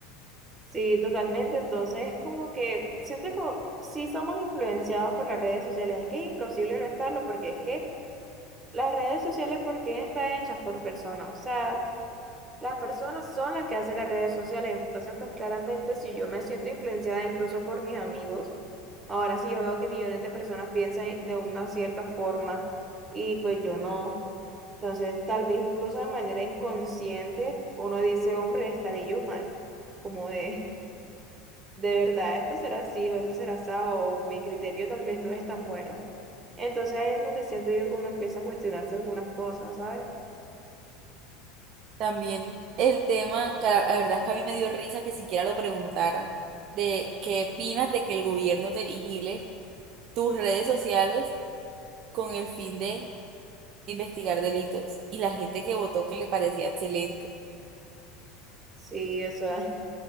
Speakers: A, on the right; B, on the right.
A: Sí, totalmente. Entonces es como que siento que sí somos influenciados por las redes sociales. Es que es imposible no estarlo porque es que las redes sociales, ¿por qué están hechas por personas? O sea, las personas son las que hacen las redes sociales. Entonces, pues claramente si yo me siento influenciada incluso por mis amigos, ahora sí yo veo que millones de personas piensan de una cierta forma y pues yo no. Entonces, tal vez incluso de manera inconsciente, uno dice, hombre, estaré yo mal. Como de, de verdad, esto será así o esto será así, o mi criterio tal vez no es tan bueno. Entonces ahí es donde siento yo que uno empieza a cuestionarse algunas cosas, ¿sabes?
B: También el tema, que la, la verdad es que a mí me dio risa que siquiera lo preguntara, de qué opinas de que el gobierno te vigile tus redes sociales con el fin de investigar delitos y la gente que votó que le parecía excelente.
A: Sí, o sea,